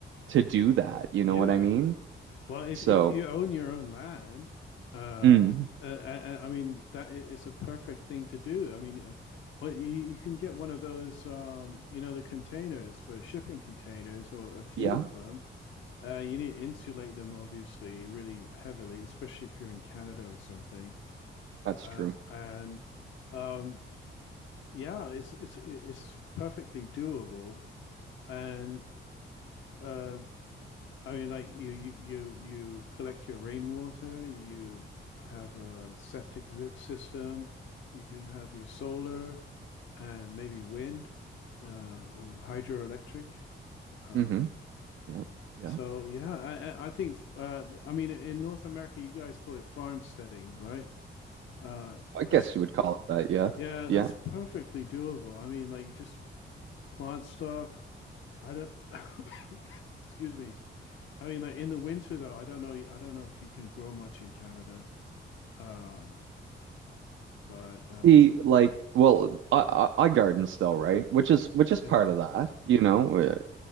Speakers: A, on the right (about 85°); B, on the left (about 80°).
A: to do that. You know
B: yeah.
A: what I mean?
B: Well, if
A: So,
B: if you own your own land, uh,
A: mm,
B: uh, I, I I mean that i- it's a perfect thing to do. I mean, uh, well, you, you can get one of those, um, you know, the containers for shipping containers, or a few
A: yeah,
B: of them. Uh, you need to insulate them, obviously, really heavily, especially if you're in Canada or something.
A: that's
B: Uh,
A: true.
B: and um, yeah, it's it's it's perfectly doable, and. Uh, I mean, like you, you, you, you collect your rainwater, you have a septic sy- system, you can have your solar and maybe wind uh, or hydroelectric. Um,
A: hmm Yeah, yeah.
B: so yeah, I, I I think f- uh, I mean in North America you guys call it farmsteading, right? Uh,
A: I
B: that's
A: guess you would call it that. Yeah,
B: yeah,
A: yeah.
B: that's perfectly doable. I mean, like you just plant stuff. I don't, <coughs> excuse me. I mean, like in the winter though, I don't know. I don't know if you can grow much in Canada. Um, but uh,
A: See, like, well, I, I I garden still, right? Which is which is
B: yeah,
A: part of that, you know. Uh,